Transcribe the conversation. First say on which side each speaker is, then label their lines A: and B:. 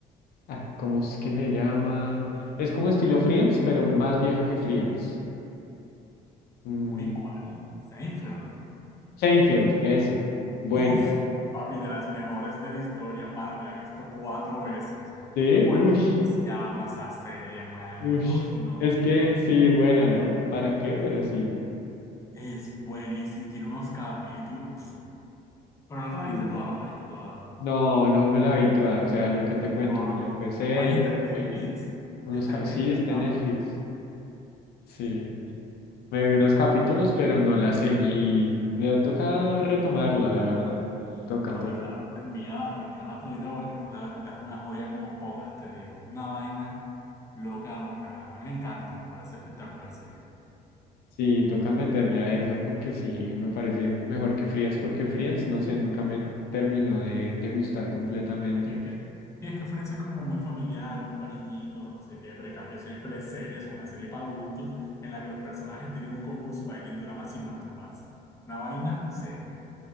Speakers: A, on the left; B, on the left.
A: ah, ¿cómo es que se llama? Es como estilo Friends, pero más vieja que Friends. Mm,
B: Uy, ¿cuál? Seinfeld.
A: Seinfeld, eso. Buena.
B: Uf, papi, de las mejores de la historia, pana, me la he visto cuatro veces.
A: Sí,
B: Fue,
A: uy,
B: yo sí amo esa serie, madre.
A: uy.
B: Uf, no,
A: Es
B: es
A: que
B: verdad.
A: sí, buena, ¿no? ¿Para qué? Pero sí.
B: Es buenísima y tiene unos capítulos. pff, Pero no te la
A: Sí.
B: viste toda, no te la viste toda.
A: No, no me la vi toda. O sea, lo que te cuento,
B: Ah,
A: me la empecé
B: Ahí
A: y
B: está
A: como
B: en
A: que
B: Netflix.
A: me dio unos
B: Está
A: cabecillos.
B: en Netflix
A: Sí, está
B: ahora.
A: en Netflix. Sí. Me vi unos capítulos, pero no la seguí. Ya toca retomarla, la verdad. Toca,
B: Papi,
A: toca.
B: claro, termínala, termínala todita porque es que la verdad es una joya como pocas, te digo. Una vaina loca, loca. A mí me encanta, me parece espectacular, sí.
A: Sí, toca meterle a esa porque sí, me parece mejor que Friends porque Friends, no sé, nunca me terminó de, de gustar completamente.
B: Y es que, y es que Friends es como muy familiar, muy para niñitos, no sé qué, pero en cambio Seinfeld es serie, es una serie para adultos en la que los personajes tienen un concurso para ver quién dura más sin masturbarse. Una vaina seria.